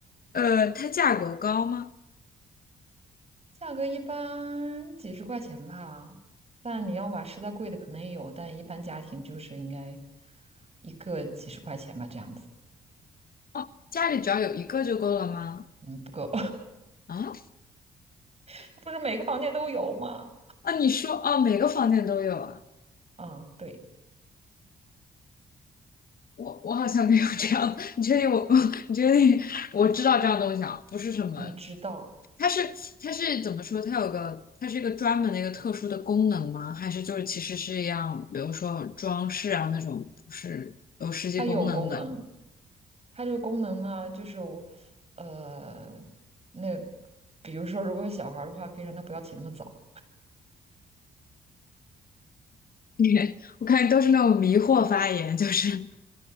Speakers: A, on the left (about 50°); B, on the right (about 30°).
A: 呃，它价格高吗？
B: 价格一般几十块钱吧，但你要买实在贵的可能也有，但一般家庭就是应该一个几十块钱吧，这样子，
A: 哦，家里只要有一个就够了吗？
B: 嗯，不够，
A: 啊
B: <laughs> 不是每个房间都有吗？
A: 啊，你说哦，每个房间都有啊？
B: 啊，对，
A: 我我好像没有这样的，<laughs> 你确定我？<laughs> 你确定我知道这样东西啊？不是什么。
B: 你知道。
A: 它是它是怎么说？它有个它是一个专门的一个特殊的功能吗？还是就是其实是一样，比如说装饰啊那种，不是有实际功能的？
B: 它有功能，它这个功能呢，就是我，呃，那比如说，如果有小孩儿的话，可以让他不要起那么早，
A: <laughs> 我看你都是那种迷惑发言，就是